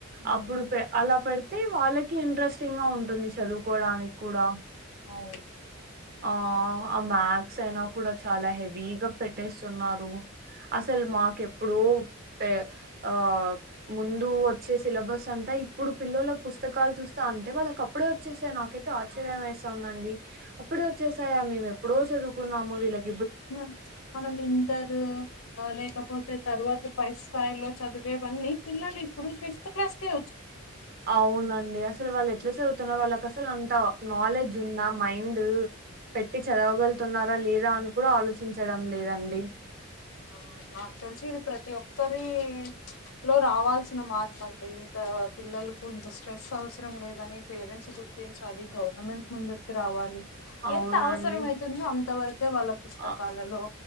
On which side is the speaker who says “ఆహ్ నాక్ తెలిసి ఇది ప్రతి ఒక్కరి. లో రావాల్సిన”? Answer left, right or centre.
Left